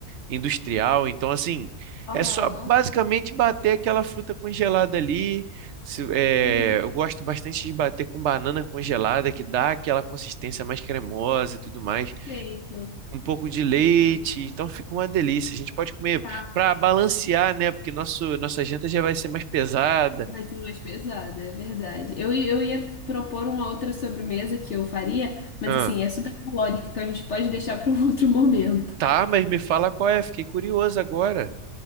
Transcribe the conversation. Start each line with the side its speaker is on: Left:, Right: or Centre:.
Right: industrial. Então, assim,
Left: <laughs> Aham.
Right: é só basicamente bater aquela fruta congelada ali. Se- é,
Left: Entendi.
Right: eu gosto bastante de bater com banana congelada, que dá aquela consistência mais cremosa e tudo mais.
Left: Perfeito.
Right: Um pouco de leite,
Left: Perfeito.
Right: então fica uma delícia. A gente pode comer
Left: Tá.
Right: para balancear, né? Porque nosso, nossa janta já vai ser mais pesada.
Left: Vai ser mais pesada, é verdade. Eu, i- eu ia propor uma outra sobremesa que eu faria, mas
Right: Ah,
Left: assim, é super calórica, então a gente pode deixar para um <laughs> outro momento.
Right: tá, mas me fala qual é, fiquei curioso agora.